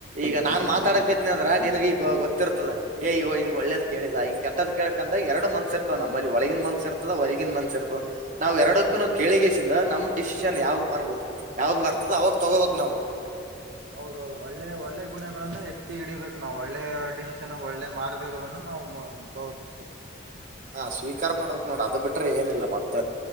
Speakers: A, on the right; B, on the right.
A: ಈಗ ನಾನ್ ಮಾತಾಡಕೈತನಿ ಅಂದ್ರ ನಿನಗ್ ಈಗ ಗೊತ್ತಿರ್ತದ. ಎ ಇವ ಹಿಂಗ ಒಳ್ಳೆದ ಹೇಳಿದ್ ಹಿಂಗ ಕೆಟ್ಟದಾಕ್ಕ್ ಹೇಳಅಂತ ಎರಡು ಮನಸ್ ಇರ್ತಾದ ನಮ್ಮಲ್ಲಿ ಒಳಗಿನ ಮನಸ್ ಇರ್ತದ ಹೊರಗಿನನ್ಸ್ ಇರ್ತದ ನಾವ್ ಎರಡಕ್ಕೂನು ಕೇಳಿಗಸಿಂದ ನಮ್ ಡಿಸಿಷನ್ ಯಾವ್ದ್ ಬರ್ಬಬೇಕಕ್ ಯಾವ್ದ್ ಬರ್ತದ ಅವಾಗ ತಗೋಬೇಕಕ್ ನಾವು.
B: ಹೌದೌದು ಒಳ್ಳೆ ಒಳ್ಳೆ ಗುಣಗಳನ್ನು ಎತ್ತಿ ಹಿಡಿಬೇಕು ನಾವು ಒಳ್ಳೆ ಡಿಸಿಷನ್ ಒಳ್ಳೆ ಮಾರ್ಗಗಳನ್ನು ನಾವು ತಗೋಬೇಕು ಇಷ್ಟೇ..
A: ಹಾ ಸ್ವೀಕರಾ ಮಾಡಕ್ ನೋಡ ಅದು ಬಿಟ್ರೆ ಏನಿಲ್ಲ ಮತ್ತ